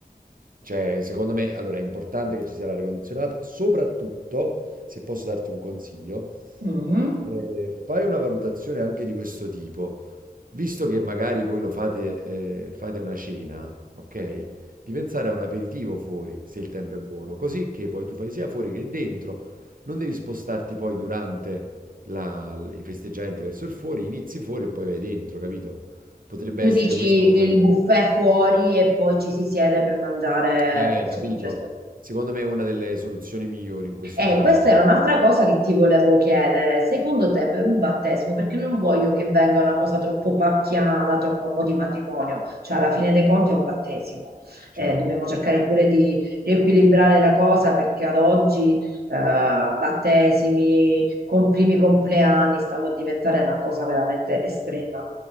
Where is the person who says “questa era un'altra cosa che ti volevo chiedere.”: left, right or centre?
Right